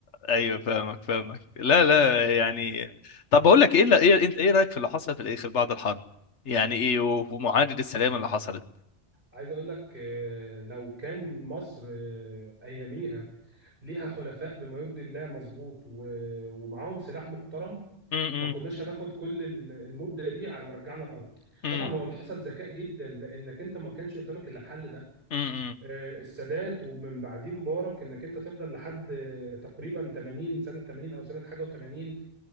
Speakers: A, on the left; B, on the right.
A: ايوه فاهمك فاهمك لا لا يعني طب بقول لك ايه لا ايه انت ايه رايك في اللي حصل في الاخر بعد الحرب يعني ايه ومعاهده السلام اللي حصلت
B: عايز اقول لك آه، لو كان مصر آه، اياميها ليها حلفاء بما يرضي الله مظبوط و- ومعاهم سلاح محترم
A: مم.
B: ما كناش هناخد كل ال- المده دي على ما رجعنا الارض
A: مم.
B: طبعا هو اللي حصل ذكاء جدا لانك انت ما كانش قدامك الا الحل ده
A: مم.
B: آه، السادات ومن بعديه مبارك انك انت تفضل لحد آه، تقريبا 80 سنه 80 او سنه حاجه و80